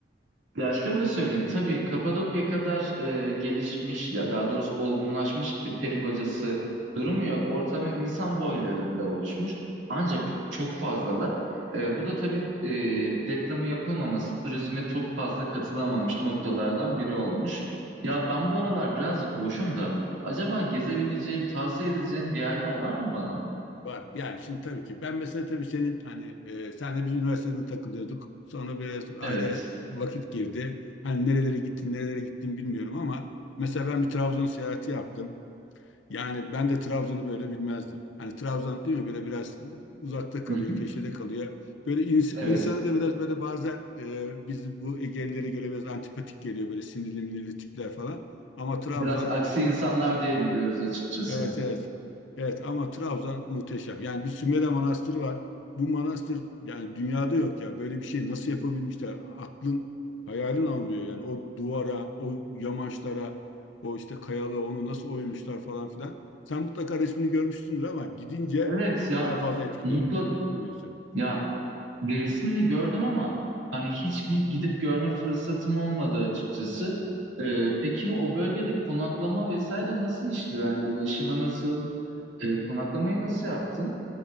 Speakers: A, on the right; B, on the left.
A: Ya şöyle söyleyeyim, tabii Kapadokya kadar e, gelişmiş ya daha doğrusu olgunlaşmış bir peri bacası durumu yok. Ortamı insan boylarında oluşmuş. Ancak çok fazlalar. E, bu da tabii e, reklamı yapılmaması, turizme çok fazla katılamamış noktalardan biri olmuş. Ya ben bu aralar birazcık boşum da acaba gezebileceğim, tavsiye edeceğin bir yerler var mı bana?
B: Var. Yani şimdi tabii ki ben mesela tabii senin hani e, senle biz üniversitede takılıyorduk. Sonra biraz ara
A: Evet.
B: vakit girdi. Hani nerelere gittin, nerelere gittin bilmiyorum ama mesela ben bir Trabzon seyahati yaptım. Yani ben de Trabzon'u böyle bilmezdim. Hani Trabzon değil mi böyle biraz uzakta kalıyor,
A: Hı hı.
B: köşede kalıyor. Böyle ins-
A: Evet.
B: insanı da biraz böyle bazen e, biz bu Egelilere göre biraz antipatik geliyor böyle sinirli minirli tipler falan. Ama Trabzon
A: Biraz aksi insanlar diyebiliyoruz açıkçası.
B: Evet, evet. Evet ama Trabzon muhteşem. Yani bir Sümele Manastırı var. Bu manastır yani dünyada yok ya. Böyle bir şey nasıl yapabilmişler? Aklın hayalin almıyor yani. O duvara, o yamaçlara, o işte kayalığa onu nasıl oymuşlar falan filan. Sen mutlaka resmini görmüşsündür ama gidince
A: Evet
B: çok
A: ya
B: daha fazla etkileniyor,
A: mutlak
B: etkileniyorsun.
A: Ya resmini gördüm ama hani hiç bir gidip görme fırsatım olmadı açıkçası. Ee, peki o bölgede konaklama vesaire nasıl işliyor? Yani ulaşımı nasıl, e, konaklamayı nasıl yaptın?